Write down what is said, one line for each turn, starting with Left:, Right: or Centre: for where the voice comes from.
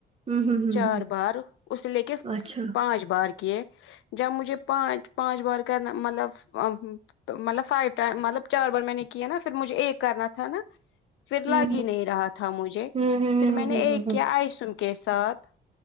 Right: ہوں ہوں ہوں
Left: چار
Right: ہوں
Left: بار اسے لے کے
Right: اچھا
Left: پانچ بار کیے جب مجھے پانچ پانچ بار کرنا مطلب مطلب فائیو ٹم مطلب چار بار میں نے کیا نا پھر مجھے ایک کرنا تھا نا پھر
Right: ہوں
Left: لگ ہی نہیں رہا تھا مجھے
Right: ہوں ہوں ہوں
Left: پھر میں نے ایک
Right: ہوں ہوں ہوں ہوں
Left: کیا آئسن کے ساتھ